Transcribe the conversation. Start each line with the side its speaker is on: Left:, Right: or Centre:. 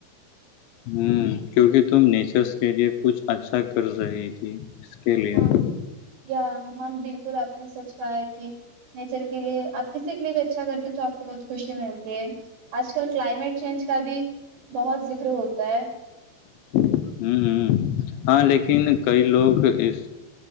Left: ہوں کیونکہ تم نیچرس کے لیے کچھ اچھا کر رہی تھی کے لیے
Right: ہاں
Left: ہوں
Right: ہاں بالک بالکل آپ نے سچ کہا ہے کہ نیچر کے لیے آپ کسی کے لیے بھی اچھا کرتے تو آپ کو بہت خوشی ملتی ہے آج کل کلائمیٹ چینج کا بھی بہت ذکر ہوتا ہے
Left: ہوں ہ ہاں لیکن کئی لوگ اس